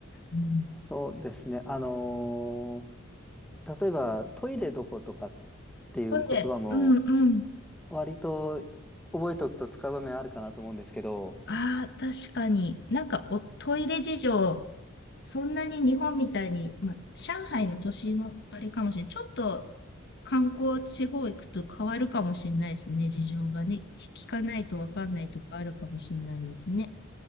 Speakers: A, on the left; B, in the centre.
A: うん。
B: そうですね。あのー例えばトイレどことかっていう言葉も
A: ほんで、うんうん。
B: 割と覚えておくと使う場面あるかなと思うんですけど、
A: ああ、確かに。なんかおトイレ事情、そんなに日本みたいに、まあ、上海の都市もあれかもしれない。ちょっと観光地方行くと変わるかもしれないですね。事情がね。聞かないとわかんないとかあるかもしれないですね。